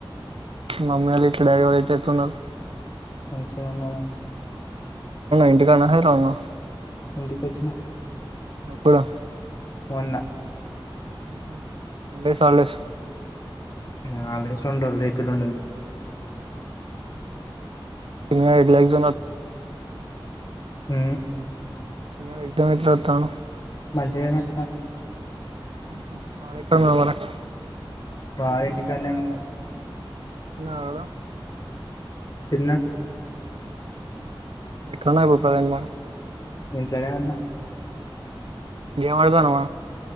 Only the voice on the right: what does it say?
మమ్మీ వాళ్ళు, డాడీ వాళ్ళు ఎట్లున్నారు.
ఇంటికాడ ఉన్నవ హైదరాబాద్ లో ఉన్నవ
ఎప్పుడు
ఎన్ని డేస్ హాలిడేస్
చి ఇలాక్ జ
చిన్న ఎత్ర ఎత్తను
వాకు
ఆ
ఇక్కన్నే కుకోతిన్న
గేమ్ ఆడుతానవ